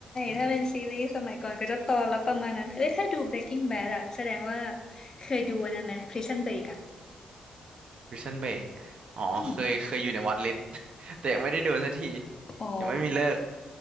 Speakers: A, on the right; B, on the left.
A: อืม
B: ถ้าเป็นซีรีส์สมัยก่อนก็จะตอนละประมาณนั้นเฮ้ยถ้าดู Breaking Bad อะแสดงว่าเคยดูอันนั้นไหม Prison Break อะ
A: Prison Break อ๋อเคยเคยอยู่ในวอตลิสต์
B: อืม
A: <laughs> แต่ยังไม่ได้ดูสักที
B: อ๋อ
A: ยังไม่มีเลิก